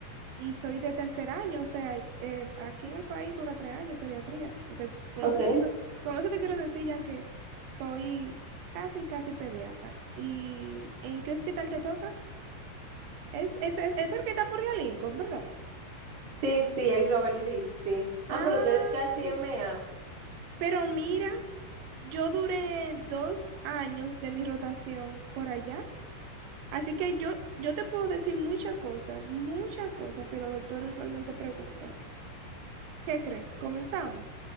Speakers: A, on the right; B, on the right.
A: Y soy de tercer año, o sea, eh, aquí en el país dura tres años pediatría. Usted, pues, Con
B: Ok.
A: eso te quiero, con eso te quiero decir ya que soy casi, casi pediatra. ¿Y en qué hospital te toca? Es, es, es- es el que está por la Lincoln, ¿verdad?
B: Sí, sí, el Robert Reed, sí. Ah,
A: Ah,
B: pero tú eres casi M A
A: pero mira, yo duré dos años de mi rotación por allá. Así que yo, yo te puedo decir muchas cosas, muchas cosas que los doctores usualmente preguntan. ¿Qué crees? ¿Comenzamos?